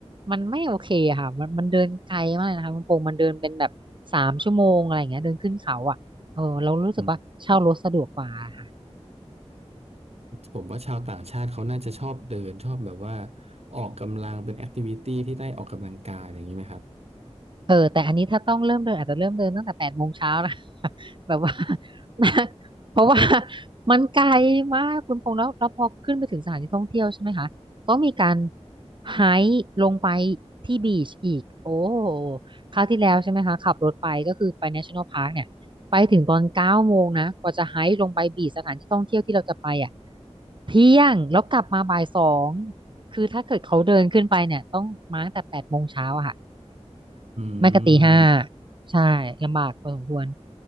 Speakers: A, on the right; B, on the right.
A: มันไม่โอเคอะค่ะมันมันเดินไกลมากเลยนะคะคุณพงษ์มันเดินเป็นแบบสามชั่วโมงอะไรอย่างเงี้ยเดินขึ้นเขาอ่ะเออเรารู้สึกว่าเช่ารถสะดวกกว่าค่ะ
B: อืมผมว่าชาวต่างชาติเขาน่าจะชอบเดินชอบแบบว่าออกกำลังเป็นแอคทิวิตี้ที่ได้ออกกำลังกายอะไรอย่างนี้ไหมครับ
A: เออแต่อันนี้ถ้าต้องเริ่มเดินอาจจะเริ่มเดินตั้งแต่แปดโมงเช้านะ <laughs> แบบว่า <laughs> เพราะว่ามันไกลมากคุณพงษ์แล้วแล้วพอขึ้นไปถึงสถานที่ท่องเที่ยวใช่ไหมคะต้องมีการไฮค์ลงไปที่บีชอีกโอ้โหคราวที่แล้วใช่ไหมคะขับรถไปก็คือไป National Park เนี่ยไปถึงตอนเก้าโมงนะกว่าจะไฮค์ลงไปบีชสถานที่ท่องเที่ยวที่เราจะไปอ่ะเที่ยงแล้วกลับมาบ่ายสองคือถ้าเกิดเขาเดินขึ้นไปเนี่ยต้องมาตั้งแต่แปดโมงเช้าค่ะ
B: <laughs> อื
A: ไม่ก็ตีห้า
B: ม
A: ใช่ลำบากพอสมควร